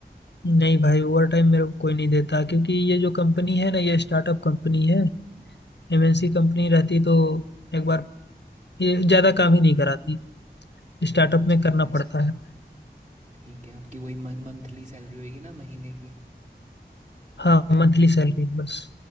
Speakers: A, on the left; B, on the right.
A: नहीं भाई ओवर टाइम मेरे को कोई नहीं देता क्योंकि ये जो कंपनी है ना ये स्टार्टअप कंपनी है एमएनसी कंपनी रहती तो एक बार ये ज़्यादा काम ही नहीं कराती स्टार्टअप
B: अच्छा
A: में करना
B: ऐसा
A: पड़ता
B: है
A: है
B: ठीक है आपकी वही मंथली सैलरी होगी ना महीने की
A: हाँ मंथली सैलरी है बस